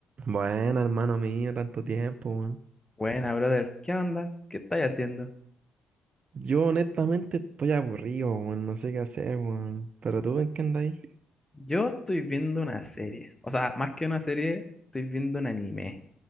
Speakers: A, on the right; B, on the left.
A: Bueno, hermano mío, tanto tiempo, weón.
B: Buena, brother. ¿Qué onda? ¿Qué estáis haciendo?
A: Yo honestamente estoy aburrido, weón, no sé qué hacer, weón. Pero tú en qué andáis?
B: Yo estoy viendo una serie. O sea, más que una serie, estoy viendo un anime.